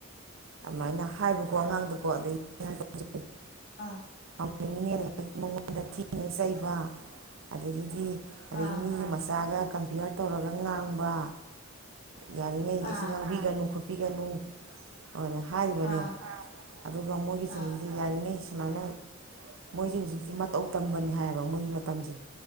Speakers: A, on the right; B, on the left.
A: ꯑꯗꯨꯃꯥꯏꯅ ꯍꯥꯏꯕꯀꯣ ꯑꯉꯥꯡꯗꯀꯣ ꯑꯗꯩ ꯌꯥ <inaudible>
B: ꯑ
A: ꯅꯤꯡꯉꯤꯅꯦꯅ ꯍꯦꯛ ꯃꯉꯣꯟꯗ ꯊꯤꯅ ꯆꯩꯕ ꯑꯗꯒꯤꯗꯤ ꯑꯗꯒꯤ
B: ꯑꯥ
A: ꯃꯤꯒꯤ ꯃꯆꯥꯒ ꯀꯝꯄꯤꯌꯔ ꯇꯧꯔꯒ ꯉꯥꯡꯕ ꯌꯥꯔꯤꯉꯩ
B: ꯑꯥ
A: ꯑꯁꯤ ꯉꯥꯡꯕꯤꯒꯅꯨ ꯄꯤꯒꯅꯨ ꯍꯔꯦ ꯍꯥꯏꯔꯤꯕꯅꯦ
B: ꯑꯥ
A: ꯑꯗꯨꯒ ꯃꯣꯏꯒꯤ ꯆꯍꯤꯗꯤ
B: ꯑꯥ
A: ꯌꯥꯔꯤꯉ <inaudible> ꯁꯨꯃꯥꯏꯅ ꯃꯣꯏꯁꯦ ꯍꯧꯖꯤꯛꯇꯤ ꯃꯇꯧ ꯇꯝꯕꯅꯦ ꯍꯥꯏꯌꯦꯕ ꯃꯣꯏꯒꯤ ꯃꯇꯝꯁꯦ